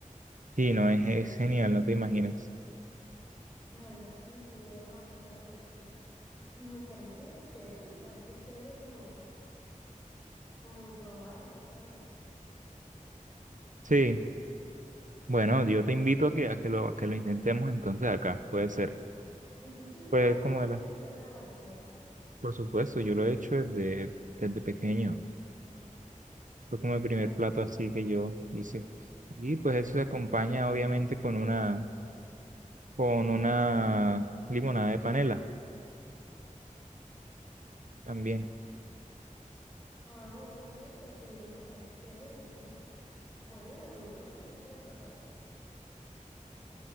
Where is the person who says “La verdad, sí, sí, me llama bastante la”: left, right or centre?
Left